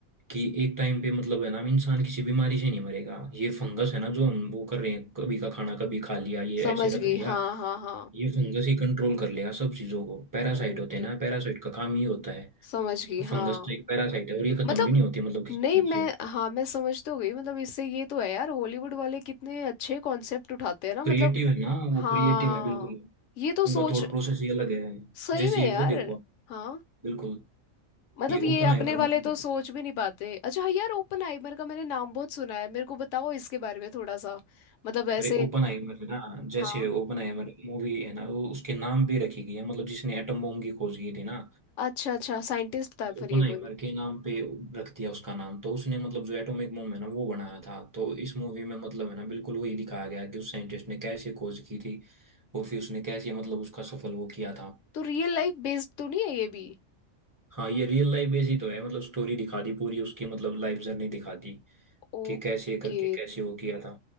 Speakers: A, on the right; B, on the left.
A: कि एक टाइम पे मतलब है ना इंसान किसी बीमारी से नहीं मरेगा ये फंगस है ना जो हम वो कर रहे हैं कभी का खाना कभी खा लिया ये
B: समझ
A: ऐसे रख
B: गई
A: दिया
B: हाँ हाँ हाँ
A: ये फंगस ही कंट्रोल कर लेगा सब चीजों को पैरासाइट
B: ओके
A: होते हैं ना पैरासाइट का काम ही होता है
B: समझ गई हाँ
A: फंगस तो एक पैरासाइट है और ये खत्म
B: मतलब
A: भी नहीं होती मतलब किसी
B: नहीं
A: चीज
B: मैं
A: से
B: हाँ मैं समझ तो गई मतलब इससे ये तो है यार हॉलीवुड वाले कितने अच्छे कॉन्सेप्ट उठाते हैं ना मतलब
A: क्रिएटिव है ना वो
B: हाँ
A: क्रिएटिव है बिल्कुल
B: ये तो सोच
A: उनका थॉट प्रोसेस ही अलग है
B: सही
A: जैसे
B: में यार
A: वो देखो आप
B: हाँ
A: बिल्कुल
B: मतलब
A: ये
B: ये
A: ओपन
B: अपने
A: आइमर
B: वाले
A: मूवी
B: तो
A: है
B: सोच भी नहीं पाते अच्छा यार ओपनहाइमर का मैंने नाम बहुत सुना है मेरे को बताओ इसके बारे में थोड़ा सा मतलब ऐसे
A: अरे ओपन आइमर है ना जैसे
B: हाँ
A: ओपन आइमर मूवी है ना वो उसके नाम पे रखी गई है मतलब जिसने एटम बम की खोज की थी ना
B: अच्छा अच्छा साइंटिस्ट था
A: ओपन
B: फिर ये
A: आइमर
B: कोई
A: के नाम पे रख दिया उसका नाम तो उसने मतलब जो एटॉमिक बम है ना वो बनाया था तो इस मूवी में मतलब है ना बिल्कुल वही दिखाया गया कि उस साइंटिस्ट ने कैसे खोज की थी और फिर उसने कैसे मतलब उसका सफल वो किया था
B: तो रियल लाइफ बेस्ड तो नहीं है ये भी
A: हाँ ये रियल लाइफ बेस ही तो है मतलब स्टोरी दिखा दी पूरी उसकी मतलब लाइफ जर्नी दिखा दी
B: ओके
A: कि कैसे करके कैसे वो किया था